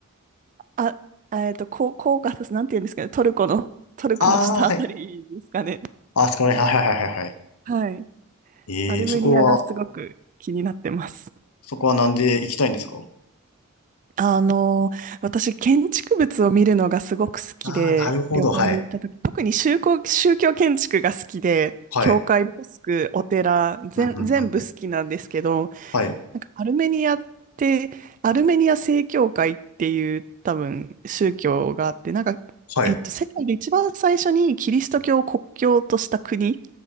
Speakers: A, on the right; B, on the left.
A: あ、あえーっと、こう、こうが、なんて言うんですかね、トルコの、
B: <laughs>
A: トルコの下あたりですかね。
B: ああ、はい。あそこら辺、はいはいはいはいはい。
A: はい、
B: ええー、
A: アルメニアがすごく気になってます。
B: そこは、そこはなんで行きたいんですか
A: あの、私、建築物を見るのがすごく好きで、
B: ああー、なるほど、
A: 旅行に行った時、
B: はい。
A: 特に宗教、宗教建築が好きで、
B: はい。
A: 教会、モスク、お寺、全、
B: うん、うん、
A: 全部好きなんですけど、
B: うん、うん。はい、
A: なんかアルメニアって、アルメニア正教会っていう多分宗教があって、なんか、
B: はい。
A: えっと、世界で一番最初にキリスト教を国教とした国